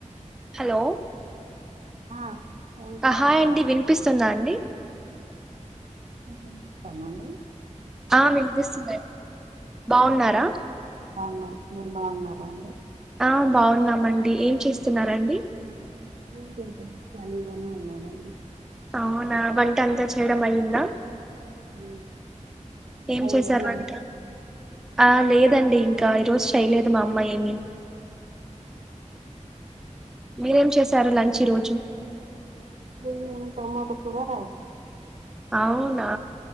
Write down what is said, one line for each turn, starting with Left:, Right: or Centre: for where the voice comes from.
Right: ఆ
Centre: హలో
Right: ఆ వినిపిస్తుందా
Centre: హాయ్ అండి
Right: అండీ
Centre: వినిపిస్తుందా అండి
Right: వినిపిస్తుందా అండి,
Centre: ఆ వినిపిస్తుందండి బాగున్నారా,
Right: బావున్నాం మీరు బావున్నారా అండి,
Centre: ఆ బావున్నాం అండి ఏం చేస్తున్నారండి.
Right: ఏం చేయట్లేదు ఖాళీ గానే ఉన్నానండి
Centre: అవునా వంట అంతా చేయడం అయిందా,
Right: ఉమ్.
Centre: ఏం
Right: అయిందా
Centre: చేశారు
Right: లంచ్
Centre: వంట ఆ లేదండి ఇంకా ఈ రోజు చేయలేదు మా అమ్మా ఏమి,
Right: హ్మ్
Centre: మీరేం చేశారు లంచ్ ఈ రోజు
Right: మేమా టమాట కూర, రైస్
Centre: అవునా,